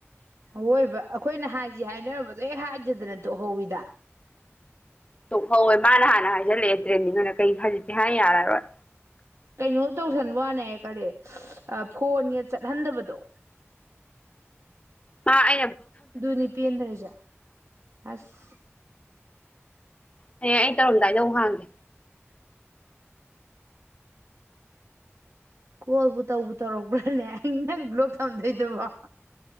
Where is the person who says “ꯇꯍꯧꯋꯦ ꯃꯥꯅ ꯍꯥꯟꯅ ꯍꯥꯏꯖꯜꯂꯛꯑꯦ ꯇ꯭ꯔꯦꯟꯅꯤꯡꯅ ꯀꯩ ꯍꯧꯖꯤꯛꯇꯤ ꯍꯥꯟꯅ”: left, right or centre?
Left